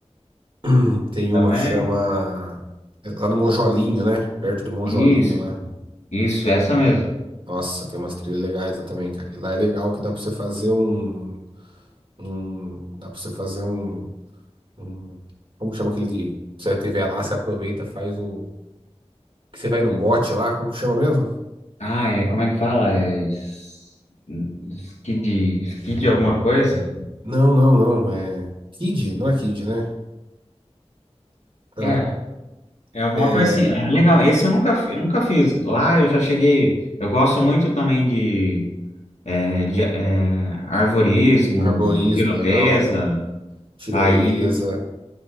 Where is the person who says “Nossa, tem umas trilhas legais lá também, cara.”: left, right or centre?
Right